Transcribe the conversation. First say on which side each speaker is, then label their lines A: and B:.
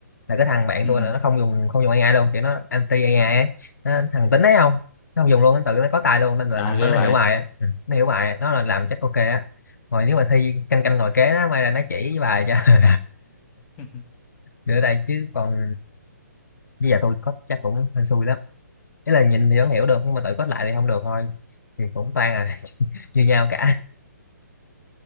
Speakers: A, on the left; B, on the left.
A: là cái thằng bạn
B: ừ
A: tôi là nó không dùng không dùng AI luôn kiểu nó anti AI ấy. Nó, thằng tính đấy không nó không dùng luôn nó tự nó có tài luôn nên là
B: trời
A: thằng
B: ghê
A: đó nó
B: vậy
A: hiểu bài á ừ, nó hiểu bài á. nó là làm chắc ok á rồi nếu mà thi canh canh ngồi kế nó may ra nó chỉ bài cho <laughs>
B: <laughs>
A: nữa đây chứ còn bây giờ tôi có chắc cũng hên xui lắm ý là nhìn thì vẫn hiểu được nhưng mà tự code lại thì không được thôi thì cũng toan à <laughs> như nhau cả